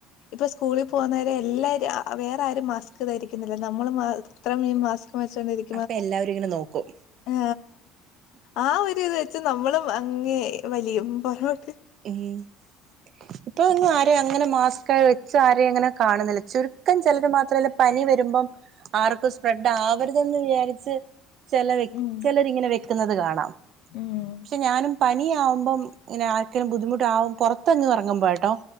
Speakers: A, on the left (about 70°); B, on the right (about 55°).
A: ഇപ്പൊ സ്കൂളിൽ പോകുന്നവരെ എല്ലാരും വേറെ ആരും മാസ്ക് ധരിക്കുന്നില്ല നമ്മള് മാത്രെ മാസ്ക് വെച്ചൊണ്ടിരിക്ക
B: അപ്പൊ എല്ലാവരും ഇങ്ങനെ നോക്കും
A: ആ ആ ഒരു ഇത് വെച്ച് നമ്മളും അങ്ങേ വലിയുബോട്ട്
B: ഏഹ് ഇപ്പൊ ഒന്നും ആരെയും അങ്ങനെ മാസ്ക് വെച്ച് ആരെയും അങ്ങനെ കാണുന്നില്ല ചുരുക്കം ചിലർ മാത്രല്ല പനി വരുമ്പം ആർക്കും സ്പ്രെഡ് ആവരുതെന്ന് വിചാരിച്ച് ചിലവെ
A: ഉം
B: ചിലരിങ്ങനെ വെക്കുന്നത് കാണാം
A: ഉം
B: പക്ഷെ ഞാനും പനിയാവുമ്പം ഇങ്ങനെ ആർക്കേലും ബുദ്ധിമുട്ടാവു പുറത്ത് അങ്ങ് ഇറങ്ങുമ്പോ കേട്ടോ